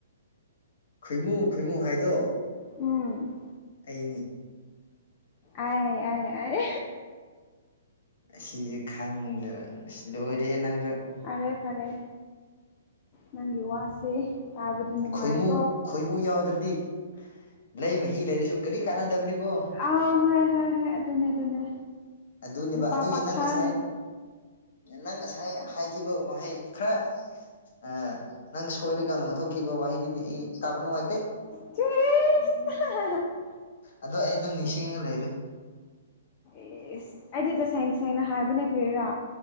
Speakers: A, on the left; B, on the left.
A: ꯈꯣꯏꯃꯨ ꯈꯣꯏꯃꯨ ꯍꯥꯏꯗꯣ
B: ꯎꯝ
A: ꯑꯩꯅꯤ
B: ꯑꯥꯏ ꯑꯥꯏ ꯑꯥꯏ
A: ꯁꯤꯁꯨ ꯈꯪꯗ ꯁꯤ ꯂꯣꯏꯔꯦ ꯅꯪꯁꯨ
B: ꯐꯔꯦ ꯐꯔꯦ ꯅꯪꯒꯤ ꯋꯥꯁꯦ ꯇꯥꯕꯗ ꯅꯨꯡꯉꯥꯏꯀꯣ
A: ꯈꯣꯏꯃꯨ ꯈꯣꯏꯃꯨ ꯌꯥꯎꯗ꯭ꯔꯗꯤ ꯂꯩ ꯃꯍꯤ ꯂꯩꯔꯁꯨ ꯀꯔꯤ ꯀꯥꯟꯅꯗꯕꯅꯤꯀꯣ
B: ꯑꯥꯎ ꯍꯣꯏ ꯍꯣꯏ ꯍꯣꯏ ꯑꯗꯨꯅꯦ ꯑꯗꯨꯅꯦ
A: ꯑꯗꯨꯅꯦꯕ
B: ꯂꯣꯄꯥ
A: ꯑꯗꯨꯒꯤ
B: ꯄꯥꯈꯜ
A: ꯅꯪ ꯉꯁꯥꯏ ꯅꯪ ꯉꯁꯥꯏ ꯍꯥꯏꯈꯤꯕ ꯋꯥꯍꯩ ꯈꯔ ꯑ ꯅꯪ ꯁꯣꯏꯔꯤꯀꯥꯟ ꯉꯥꯡꯊꯣꯛꯈꯤꯕ ꯋꯥꯍꯩꯗꯨꯗꯤ ꯑꯩ ꯇꯥꯕ ꯅꯨꯡꯉꯥꯏꯇꯦ
B: <unintelligible>
A: ꯑꯗꯣ ꯑꯩ ꯑꯗꯨꯝ ꯅꯤꯡꯁꯤꯡꯉꯒ ꯂꯩꯔꯦ
B: ꯑꯦꯁ ꯑꯩꯗꯤ ꯇꯁꯦꯡꯅ ꯇꯁꯦꯡꯅ ꯍꯥꯏꯕꯅꯦ ꯀ꯭ꯔꯦꯔꯥ